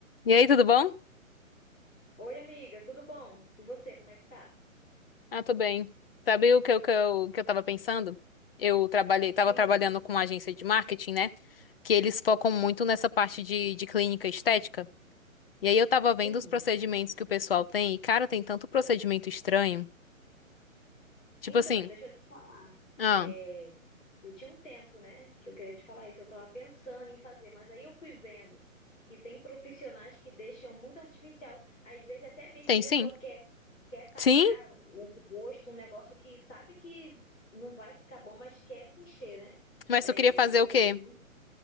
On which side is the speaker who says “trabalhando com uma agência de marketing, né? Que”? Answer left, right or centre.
Left